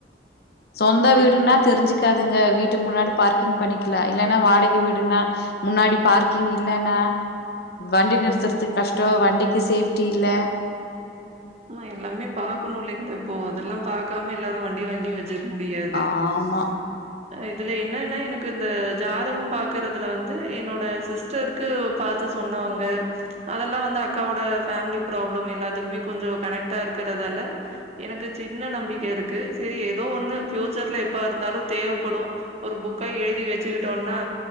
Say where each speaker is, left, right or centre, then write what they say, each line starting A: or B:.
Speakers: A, on the left; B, on the right.
A: சொந்த
B: அதேதான்.
A: வீடுனா தெரிஞ்சுக்காதுங்க வீட்டு முன்னாடி பார்க்கிங் பண்ணிக்கலா இல்லன்னா வாடகி வீடுனா முன்னாடி பார்க்கிங் இல்லன்னா வண்டி நிறுத்துறது கஷ்டோ வண்டிக்கு சேஃப்டி இல்ல
B: ஆமா எல்லாமே பாக்கணு இல்லைங்கள இப்போ அதெல்லா பாக்காம எல்லாரு வண்டி வாங்கி வச்சிர் முடியாது
A: ஆமா
B: இதுல என்னன்னா எனக்கு இந்த ஜாதகோ பாக்கறதுல வந்து என்னோட சிஸ் டர்க்கு பா்த்து சொன்னவங்க அதெல்லா வந்து அக்காவோட ஃபேமிலி ப்ராப்ளம் எல்லாத்துக்குமே கொஞ்சோ கனெக்டா இருக்கறதால எனக்கு சின்ன நம்பிக்க இருக்கு சரி ஏதோ ஒண்ணு ஃபியூச்சர்ல எப்ப இருந்தாலு தேவப்படும் ஒரு புக்கா எழுதி வச்சுகிட்டோனா